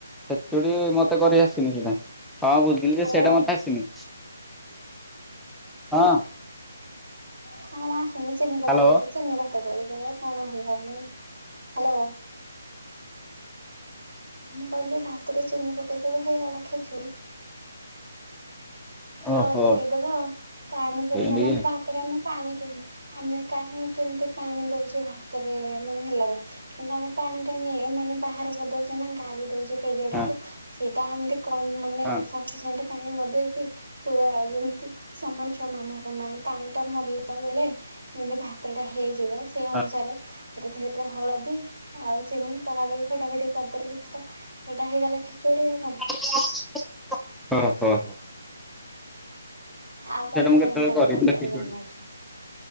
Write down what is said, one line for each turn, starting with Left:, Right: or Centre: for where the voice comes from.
Centre: ଖେଚୁଡ଼ି ମତେ କରି ଆସିନି ସେଇଟା। ହିଁ ବୁଝିଲି
Right: ହ୍ୟାଲୋ।
Centre: ଯେ ସେଇଟା ମତେ ଆସିନି। ହଁ।
Right: କଣ ମ ଆସୁନି ଚିନି
Centre: ହ୍ୟାଲୋ
Right: ପକେଇଦେଇକି ଚିନି ଭା ତ କରିଦବ କଣ ହବନି। ହ୍ୟାଲୋ। ମୁଁ କହିଲି ଭାତରେ ଚିନି ପକେଇଦବ ହେଇଗଲା ଖେଚୁଡି।
Centre: ଓହୋ
Right: ହାଳ ପକେଇଦବ ତା ଅନୁସାରେ
Centre: ଏମିତିକି
Right: ମାନେ ଭା ଭାତରେ ଆମେ ପାଣି କେମୀ ଆମେ କା କେମିତି ପାଣି ଦଉଚେ ଭାତରେ ମାନେ ହେଲା ବେଳେ କିନ୍ତୁ ଆମେ ପାଣି ଟା ନି ମାନେ ବାହାର କରିଦଉଚେ ନା ଗାଳି ଦଉଚେ ପେଜ ଟାକୁ।
Centre: ହଁ।
Right: ସେଇଟା ଏମିତି କମ୍ ମାନେ
Centre: ହଁ
Right: ସପିସେଣ୍ଟ ପାଣି ନ ଦେଇେକି ପୁରା ଯେମିତି ସମାନେ ସମାନେ ହବ ମାନେ ପାଣିଟା ମରିଲା ବେଳେ ଯେମୀତି ଭାତ ଟା ହେଇଯିବ ସେଇ ଅନୁସାରେ
Centre: ହଁ
Right: ସେଥିରେ ହଳଦୀ ଆଉ ଚିନି ପକାପି ଫଟା ଫଟି କରିଦେଲେ ତ ସେଇଟା ହେଇଗଲା ଖେଚୁଡି ଆଉ କଁ।
Centre: <unintelligible> ଓ ହୋ।
Right: ଆଉ ତମେ
Centre: ସେଇଟା ମୁଁ କେତେବେଳେ
Right: କଣ କଣ
Centre: କରିନି
Right: ତରକାରୀ
Centre: ତ ଖିଚୁଡ଼ି।
Right: ବନଉଛ?